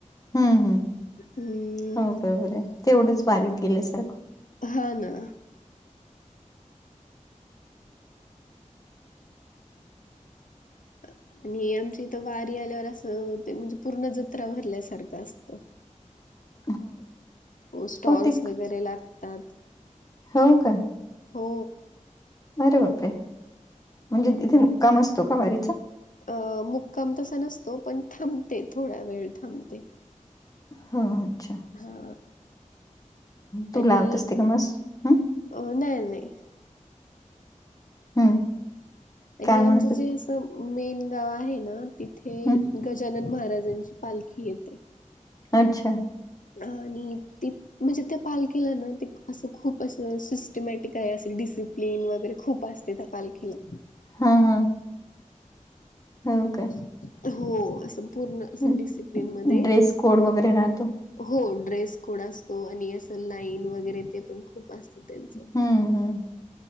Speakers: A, on the left; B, on the left.
A: हम्म हम्म.
B: हम्म
A: हो बरोबरे. तेवढंच वारीत गेल्यासारखं.
B: हा ना. आणि आमच्या इथं वारी आल्यावर असं ते म्हणजे पूर्ण जत्रा भरल्यासारखं असतं.
A: <inaudible>
B: स्टॉल्स
A: बहुतेक
B: वगैरे लागतात.
A: हो का?
B: हो.
A: अरे बापरे. म्हणजे तिथे मुक्काम असतो का वारीचा?
B: अ मुक्काम तसा नसतो. पण थांबते. थोडा वेळ थांबते.
A: ह अच्छा.
B: हा.
A: तू
B: आणि
A: लावत असते का मस हं
B: अ नाही नाही.
A: हं
B: आणि
A: काय म्हणत
B: आमचं
A: होती?
B: जे असं मेन गाव आहे ना? तिथे
A: हं
B: गजानन महाराजांची पालखी येते.
A: अच्छा.
B: आणि ति म्हणजे त्या पालखीला ना, ते असं खूप असं सिस्टमॅटिक आहे. अस डिसिप्लिन वगैरे खूप अस तेथ पालखीला.
A: ह ह. हो का?
B: हो असं पूर्ण असं
A: हं.
B: डिसिप्लिन मध्ये.
A: ड्रेस कोड वगैरे राहतो.
B: हो ड्रेस कोड असतो. आणि असं लाईन वगैरे ते पण खू खूप असत त्यांचं.
A: हम्म हम्म